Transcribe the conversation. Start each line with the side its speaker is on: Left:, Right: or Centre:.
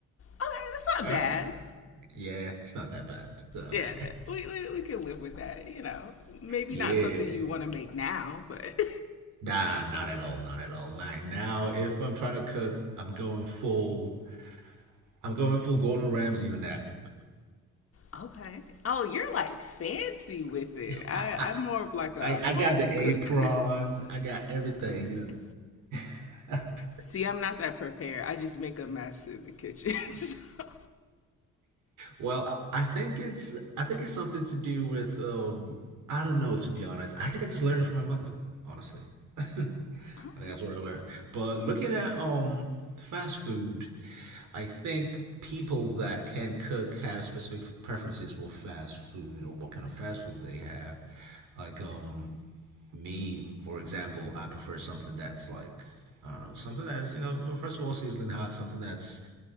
Left: that's not
Right: All
Left: bad.
Right: right. Yeah, it's not that bad. So,
Left: Yeah,
Right: <laughs>
Left: we, we we can live with that. You know, maybe
Right: yeah,
Left: not something you want to make now, but
Right: nah, not at all, not at all. Like now, if I'm trying to cook, I'm going full, I'm going full Gordon Ramsay on that.
Left: <laughs> okay. Oh, you're like fancy with it.
Right: <laughs>
Left: I I'm more of like a
Right: I
Left: home
Right: I got the
Left: cook.
Right: apron,
Left: <laughs>
Right: I got everything,
Left: okay.
Right: you know. <laughs>
Left: See, I'm not that prepared. I just make a mess in the kitchen. <laughs> So.
Right: Well, I think it's I think it's something to do with um I don't know to be honest. I think I just learned it from my mother, honestly. <laughs> I
Left: Okay.
Right: think that's what I learned. But looking at um fast food, I think people that can cook have specific preferences for fast food or what kind of fast food they have. Like um me, for example, I prefer something that's like I don't know, something that's, you know, well, first of all, sizzling hot, something that's